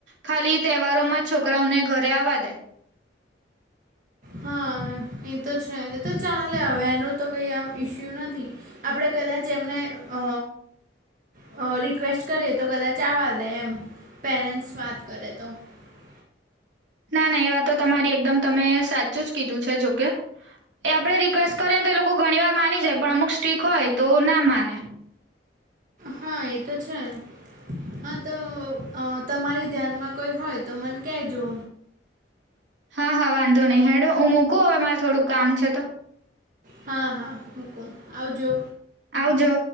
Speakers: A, on the right; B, on the right.
A: ખાલી તહેવારોમાં છોકરાઓને ઘરે આવા દે.
B: હા એ તો છે એ તો ચાલે હવે એનો તો કઈ આમ ઈસ્યુ નથી. આપણેે કદાચ એમને અ અ રિક્વેસ્ટ કરીએ તો કદાચ આવવા દે એમ પેરેન્ટ્સ વાત કરે તો <inaudible> <unintelligible>
A: ના ના એ વાત તો તમારી એકદમ તમે સાચું જ કીધું છે જોકે એ આપડે રી રીકવેસ્ટ કરીએને તો એ લોકો ઘણી વાર માની જાય પણ અમુક સ્ટીક હોય તો ના માને
B: હા એ તો છે. હા તો અ તમારી ધ્યાનમાં કોઈ હોય તો મન કેજો
A: હા હા વાંધો નહી હેડો હું મૂકું હવે મારે થોડુંક કામ છે તો
B: હા હા મુકો આવજો
A: આવજો.